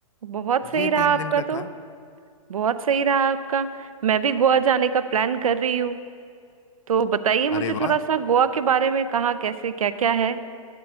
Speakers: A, on the right (about 80°); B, on the left (about 60°).
A: बहुत सही
B: जी
A: रहा
B: तीन
A: आपका
B: दिन का
A: तो
B: था
A: बहुत सही रहा आपका मैं भी गोवा जाने का प्लान कर रही हूँ तो बताइए मुझे
B: अरे वाह
A: थोड़ा सा गोवा के बारे में कहाँ कैसे क्या क्या है